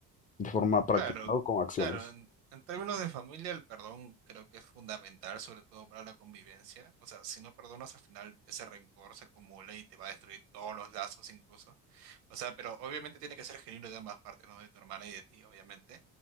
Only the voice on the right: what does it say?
Claro,
claro, en, en términos de familia el perdón creo que es fundamental, sobre todo para la convivencia. O sea, si no perdonas al final ese rencor se acumula y te va a destruir todos los lazos incluso. O sea, pero obviamente tiene que ser genuino de ambas partes, ¿no? De tu hermana y de ti, obviamente.